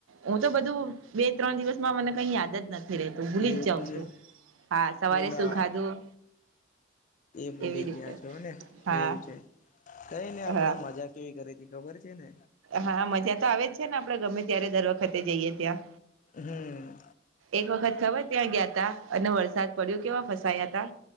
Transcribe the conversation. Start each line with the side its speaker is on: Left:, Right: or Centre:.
Right: હું તો બધું બે ત્રણ દિવસમાં મને કઈ યાદ જ નથી. રે તું ભૂલી
Left: એવું
Right: જ જાઉં છું
Left: છે
Right: હા સવારે
Left: પેલા
Right: શું ખાધું
Left: એ ભૂલી
Right: એવી રીતે
Left: ગયા છો ને
Right: હા
Left: એવું છે કઈ ને આપડે
Right: હા
Left: મજા કેવી કરી હતી ખબર છે ને?
Right: હા મજા તો આવે જ છે ને આપડે ગમે ત્યારે દર વખતે જઈએ ત્યાં
Left: હમ
Right: એક વખત ખબર ત્યાં ગયા તા અને વરસાદ પડ્યો કેવા ફસાયા તા.